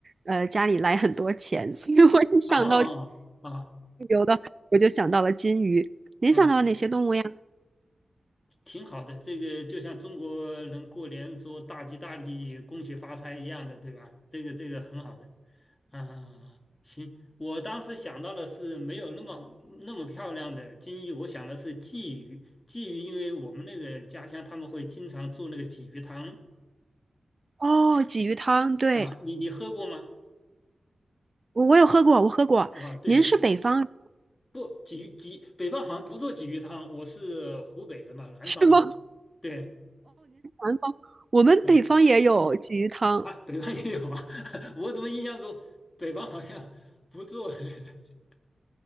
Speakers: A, on the right (about 45°); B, on the left (about 35°).
A: 呃，家里来很多钱。所以我一想到
B: 啊啊啊，
A: 有的，我就想到了金鱼。您想到了哪些动物呀？
B: 嗯挺好的，这个就像中国人过年说“大吉大利，恭喜发财”一样的，对吧？这个这个很好的啊。行，我当时想到的是没有那么那么漂亮的金鱼，我想的是鲫鱼。鲫鱼，因为我们那个家乡他们会经常做那个鲫鱼汤
A: 哦，鲫鱼汤，对，
B: 啊，你你喝过吗？
A: 我我有喝过，我喝过。
B: 啊，对，
A: 您是北方人
B: 不，鲫鱼鲫北方好像不做鲫鱼汤，我是湖北的嘛，南方嘛，
A: 是吗？<laughs>
B: 对。
A: 南方，我们北方也有鲫鱼汤。
B: 对啊，北方也有啊，<laughs> 我怎么印象中北方好像不做 <laughs>